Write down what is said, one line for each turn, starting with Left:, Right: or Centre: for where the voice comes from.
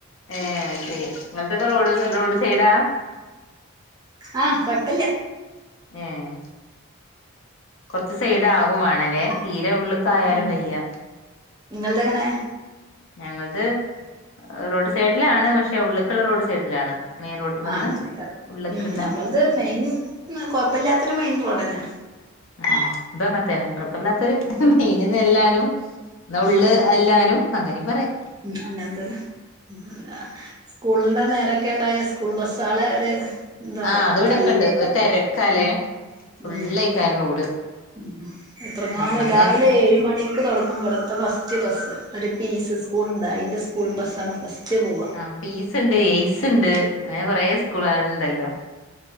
Left: ഏഹ് അത് ശരി നിങ്ങൾതൊക്കെ റോഡ് റോഡ് സൈഡാ
Right: ആഹ് കൊഴപ്പല്ല
Left: ഉം കൊറച്ച് സൈഡാകും വേണല്ലേ തീരെ ഉള്ള് ക്കായാലും
Right: ഉം
Left: വയ്യ
Right: നിങ്ങളത് എങ്ങനെ
Left: ഞങ്ങളത് റോഡ് സൈഡിലാണ് പക്ഷെ ഉള്ളക്കുള്ള റോഡ് സൈഡിലാണ് മെയിൻ റോട്ട്മ്മന്ന്
Right: ആഹ് അങ്ങനെയൊക്കരം
Left: ഉള്ള്ക്ക്ള്ള
Right: ഉം നമ്മളത് മെയിൻ കൊഴപ്പമില്ലാത്ത ത്ര മെയിൻ റോഡ് തന്നെയാണ്
Left: ആഹ് ഇദും അങ്ങനെത്തേന്നെ കുഴപ്പില്ലാത്തൊരു
Right: ഉം
Left: മീൻന്ന്ല്ലാനും ഉള്ള്
Right: ഉം
Left: എല്ലാനും അങ്ങനിം പറയാം
Right: ഉം അങ്ങന തന്നെ ഉം സ്കൂളിന്റെ നേരൊക്കെ ഉണ്ടായ സ് കൂൾ ബസ്സാളെ ഒരു എന്താ പറയാ
Left: ആഹ് അത് ഇവിടെക്കെണ്ട്
Right: തല്ലേക്കാരം
Left: ഒരുത്തരക്കാലേ
Right: ഉം
Left: ഫുള്ളായിക്കാര
Right: ഉം
Left: റോഡ്
Right: ഉം എത്രങ്ങാനും
Left: ആഹ് അന്നേരത്ത്
Right: രാവിലെ ഏഴ് മണി ക്ക് തുടങ്ങുംബടുത്തെ ഫസ് പുതിയ ബസ് ഒരുപീസ് സ്കൂൾ ഉണ്ട് അതിന്റെ- സ്കൂൾ ബസ്സാണ് ഫസ്റ്റ് പോവ
Left: ആ പീസ് ഉണ്ട് എയ്സ് ഉണ്ട് അങ്ങനെ കൊറേയ് സ്കൂളകള്ണ്ടല്ലോ